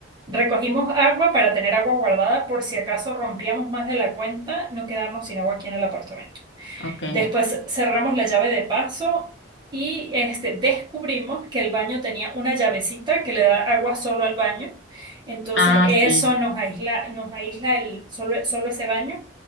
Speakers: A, on the right; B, on the left.
A: recogimos agua para tener agua guardada por si acaso rompíamos más de la cuenta, no quedarnos sin agua aquí en el apartamento.
B: ¿ok?
A: Después cerramos la llave de paso y este, descubrimos que el baño tenía una llavecita que le da agua solo al baño. Entonces
B: Ah,
A: eso
B: sí,
A: nos aísla, nos aísla el, solo, solo ese baño